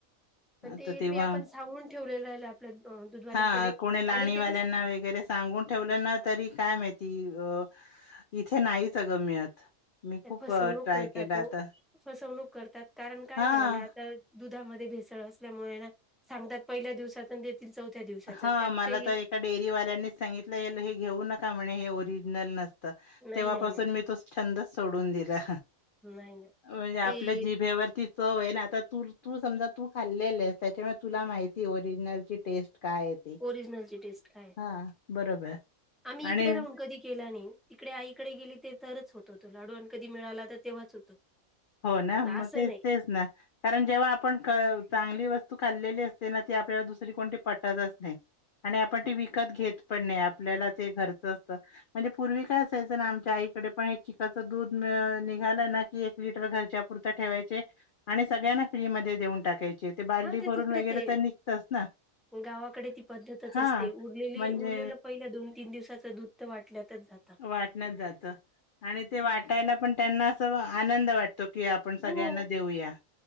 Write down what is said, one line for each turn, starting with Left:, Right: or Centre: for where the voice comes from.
Centre: पण
Left: आता
Centre: ते हरवी
Left: तेव्हा
Centre: आपण सांगून ठेवलेलं आपल्या दुधवाल्याकडे
Left: हा कोणी लाणीवाल्यांना
Centre: आणि ते कस
Left: वगैरे सांगून ठेवलं ना तरी काय माहिती अ इथे नाहीच. अगं मिळत मी खूप
Centre: फसवणूक
Left: अ, ट्राय
Centre: करतात.
Left: केला
Centre: हो
Left: आता
Centre: फसवणूक करतात कारण काय
Left: हा
Centre: झालेलं आता दुधामध्ये भेसळ असल्यामुळे ना सांगतात पहिल्या दिवसात येथील चौथ्या दिवसाच
Left: हा
Centre: त्यात
Left: मला
Centre: काही
Left: तर एका डेअरीवाल्यानीच सांगितलं. हे घेऊ नका म्हणे हे ओरिजिनल नसतं.
Centre: नाही
Left: तेव्हापासून
Centre: नाही नाही
Left: मी तो छंद सोडून दिला
Centre: नाही नाही.
Left: म्हणजे आपल्या
Centre: ते
Left: जीभेवरती चव आहे. ना आता तू तू समजा तू खाल्लेल आहेस त्याच्यामुळे तुला माहिती आहे. ओरिजिनल ची टेस्ट काय ते
Centre: ओरिजनलची टेस्ट काय
Left: हा बरोबर
Centre: आम्ही
Left: आणि
Centre: इकडे राहून कधी केल नाही. तिकडे आईकडे गेली. ते तरच होतो तो लाडू आणि कधी मिळाला तर तेव्हाच होतो.
Left: हो ना मग
Centre: असं
Left: ते
Centre: नाही
Left: तेच ना कारण जेव्हा आपण चांगलं. जी वस्तू आपण खाल्लेली असते. आपल्याला दुसरी कोणती पटतच नाही. आणि आपण ते विकत घेत पण नाही आपल्यालाच घरचं असतं म्हणजे पूर्वी काय असायचं ना आमच्या आई तिकडे पण एक चिकाच दूध निघाला ना की एक लिटर घरच्या पुुरत ठेवायचे आणि सगळ्यांना फ्री मध्ये देऊन टाकायचे. बालडी
Centre: हा ते
Left: भरून
Centre: तिकडे
Left: वगैरे
Centre: ते
Left: तर निघतच ना
Centre: गावाकडे ती पद्धतच
Left: हा
Centre: असते उरलेली
Left: म्हणजे
Centre: उर केलं पहिल्या दोन-तीन दिवसाचं दूध त वाटल्यातच जातं.
Left: वाटण्यात जात आणि ते वाटायला पण त्यांना असं आनं द होतो की आपण सगळ्यांना
Centre: हो
Left: देऊया.